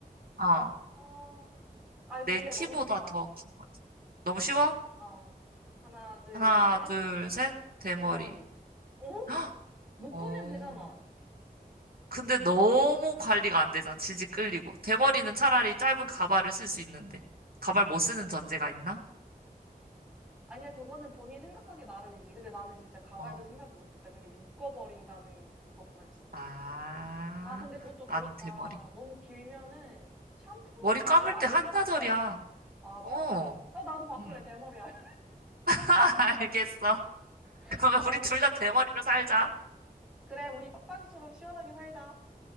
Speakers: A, on the right; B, in the centre.
A: 어,
B: 아, 아, 이거
A: 내
B: 근데
A: 키보다
B: 너무 쉽다.
A: 더 긴 거지. 너무 쉬워?
B: 어. 하나, 둘,
A: 하나,
B: 셋.
A: 둘, 셋. 대머리.
B: 긴 머리. 어?
A: <gasps> 헉!
B: 묶으면
A: 어,
B: 되잖아.
A: 근데 너무 관리가 안 되잖아. 지지 끌리고. 대머리는 차라리 짧은 가발을 쓸 수 있는데. 가발 못 쓰는 전제가 있나?
B: 아니야, 그거는 본인 생각하기 나름이지. 근데 나는 진짜 가발도
A: 어.
B: 생각을 못했다. 그냥 묶어버린다는 그것만 있었지.
A: 아,
B: 아, 근데 그것도 그렇다.
A: 난 대머리.
B: 너무 길면은 샴푸하고
A: 머리 감을
B: 말리기가
A: 때 한나절이야.
B: 맞아.
A: 어.
B: 아, 나도 바꿀래,
A: 응.
B: 대머리. 알-
A: <laughs> 알겠어.
B: <laughs>
A: 그러면
B: 아,
A: 우리 둘 다 대머리로 살자.
B: 그래, 우리 빡빡이처럼 시원하게 살자.